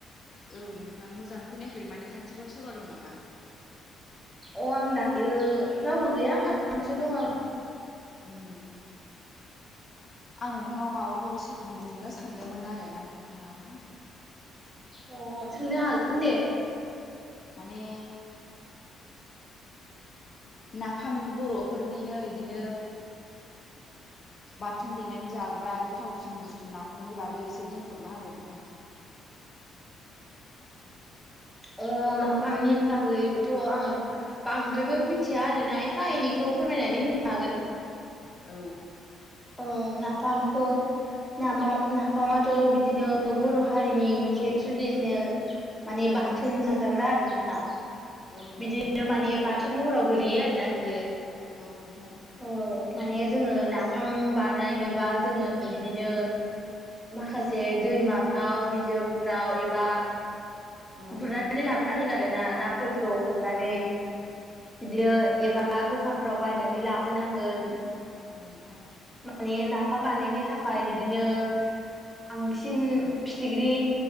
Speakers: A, on the left; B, in the centre.
A: औ नोंथां मोजां खोनायाखै माने खाथिफ्राव सोरबा दं नामा?
B: अ आं दायो रावबो गैया <unintelligible> दं आं
A: ओम आं नोंथांनाव माबाफोर सोंनो सानदोंमोन आरोना नोंथां
B: अ सोंनो हागोन दे।
A: माने नाफाम बर'फोरनिनो इदिनो बाथोन देनानै जाग्रा गोथावसिन बुस्थु नाफामनि बागै एसे बुंफोरना होदो नोंथाङा
B: अ नाफामनि बाहागैबोथ' आं बांद्रायबो मिथिया रोना एफा एनैखौ फोरमायनानै होनो हागोन।
A: औ
B: औ नाफामखो नामा नाफामाथ' बिदिनो बर' हारिनि मोनसे ट्रेडिसनेल माने बा थोन बा जाग्रा आरोना
A: औ
B: बिदिनो
A: नोंथां
B: माने बाथोन महराव गोलैयो आरोना बियो
A: औ नोंथां
B: औ माने जोङो नाफाम बानायनोबा जोङो बिदिनो माखासे दैमाफ्राव बिलोफ्राव एबा
A: औ नोंथां
B: गुरनानै लाबोनांगोन आरो ना नाफोरखौ हमनानै
A: औ नोंथां
B: बिदिनो एबा दखानफ्राव बायनानै लाबोनांगोन।
A: औ नोंथां
B: माने नाफाम बानायनो थाखाय बिदिनो बांसिन फिथिख्रि